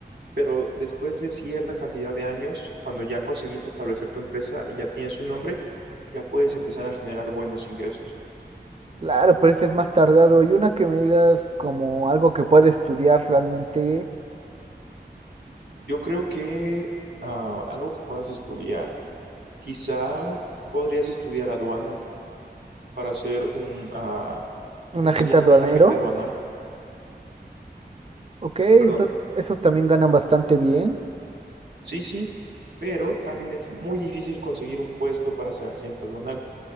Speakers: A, on the right; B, on the right.
A: pero después de cierta cantidad de años, cuando ya conseguiste establecer tu empresa y ya tienes un nombre, ya puedes empezar a generar buenos ingresos.
B: Claro, pero ese es más tardado. Y una que me digas como algo que puede estudiar realmente
A: Yo creo que ah, algo que puedas estudiar, quizá podrías estudiar aduana para ser un, ah,
B: un
A: ¿cómo
B: agente
A: se llama?
B: aduanero,
A: Un agente aduanal,
B: ok,
A: ¿perdón?
B: entonces esos también ganan bastante bien.
A: Sí, sí, pero también es muy difícil conseguir un puesto para ser agente aduanal.